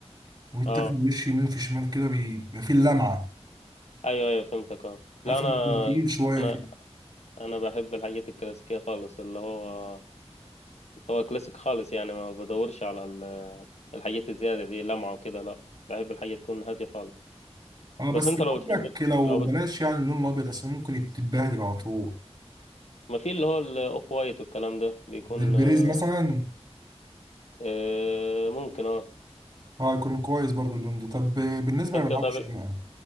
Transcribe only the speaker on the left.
اه
ايوه ايوه فهمتك اه لا
انا
انا
انا بحب الحاجات الكلاسيكيه خالص اللي هو هو كلاسيك خالص يعني ما بدورش على ال- الحاجات الزياده دي لمعه وكده لا بحب الحاجه تكون هاديه خالص
بس انت
لو بتحب
لو
بت...
ما في اللي هو الاوف وايت والكلام ده بيكون
آه،
آه، ممكن اه
انت
طب